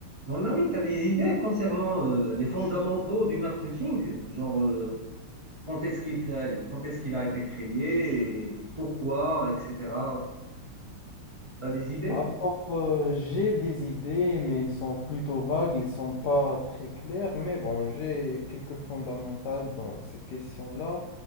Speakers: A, on the right; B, on the left.
A: Mon ami, tu as des idées concernant euh, les fondamentaux du marketing, genre euh, quand est-ce qu'il a, quand est-ce qu'il a été créé, et pourquoi, etc. Tu as des idées?
B: Alors, euh, j'ai des idées, mais ils sont plutôt vagues, ils sont pas très clairs, mais bon, j'ai quelques fondamentales dans cette question-là.